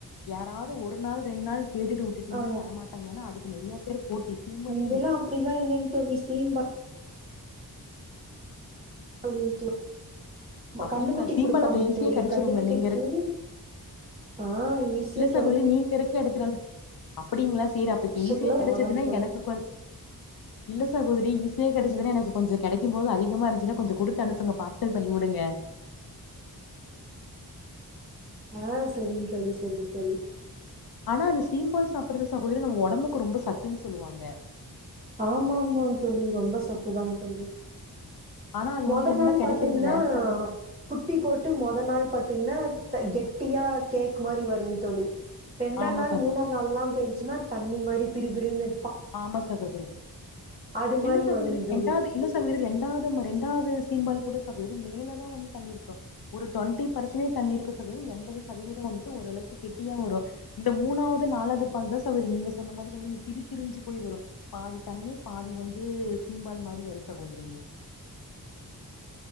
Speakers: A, on the left; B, on the right.
A: யாராவது ஒரு நாள் ரெண் நாள் கேட்டுட்டு வுட்டுட்டீங்ன்னா
B: ஆ
A: தர மாட்டாங்க ஏன்னா அதுக்கு நெறிய பேரு போட்டி சீம்பால்க்கு
B: இங்கெல்லா அப்பிடில்லா இல்லேங தோழி சீம்பால் தோழி ஊத்
A: அப்டிங்களா
B: கன்னுக்குட்டிக்
A: சீம்பால்
B: குடுப்பாங்கங்
A: அப்ப ஈஸியா
B: தோழி
A: கெடைச்சிருங்களா
B: கன்னுக்குட்டிக்
A: நீங்க இருக்
B: தோழி ஆ ஈஸியா
A: இல்ல சகோதரி
B: கெடைக்கு
A: நீங்க இருக்க எடத்துலல அப்படிங்ளா சேரி அப்பக்கு
B: வருஷத்துல
A: ஈஸியா கெடைச்சதுன்னா
B: அவ்ளோதாங் தோழி
A: எனக்கு கொ இல்ல சகோதரி ஈசியா கெடச்சதுனா எனக்கு கொஞ்சு கெடைக்கும் போது அதிகமா இருந்ச்சினா கொஞ்ச குடு த்தனுப்புங்க பார்சல் பண்ணி வுடுங்க
B: ஆ செரிங் தோழி செரிங்க தோழி
A: ஆனா அது சீம்பால் சாப்பிறது சகோதரி நம்ம ஒடம்புக்கு ரொம்ப சத்துன் சொல்லுவாங்க
B: ஆமா ஆமாங்ங தோழி ரொம்ப சத்துதாங்க தோழி
A: ஆனா அது
B: மொதன்
A: வந்து ரொம்ப
B: நாள்
A: கெடைக்கிறது
B: பாத்தீங்ன்னா
A: ரேர் சகோதரி
B: குட்டி போட்டு மொத நாள் பாத்தீங்ன்னா த கெட்டியா கேக் மாரி வருங் தோழி ரெண்டா
A: ஆமா
B: நாள்
A: சகோதரி
B: மூணா நாள்ல்லா போயிடுச்சுன்னா தண்ணி மாரி பிரி பிருனு
A: ஆமா சகோதரி
B: அது மாரி
A: இல்ல சகோதரி
B: வரும் தோழி.
A: ரெண்டாவத் இல்ல சகோதரி ரெண்டாவது ம ரெண் டாவ்து சீம்பால் கூட சகோதரி மேல தா வந்து தண்ணி இருக்கு ஒரு டொன்டி பர்சன்னே தண்ணி இருக்கு சகோதரி எம்பது சதவீதோ வந்துட்டு ஓரளவுக்கு கெட்டியா வரு இந்த மூணாவது நாலாது பால் தா சகோதரி நீங்க சொன்ன மாரி வந்து இந்த திரி திரிஞ்சு போய் வரு பாதி தண்ணி பாதி வந்து சீம்பால் மாரி வரு சகோதரி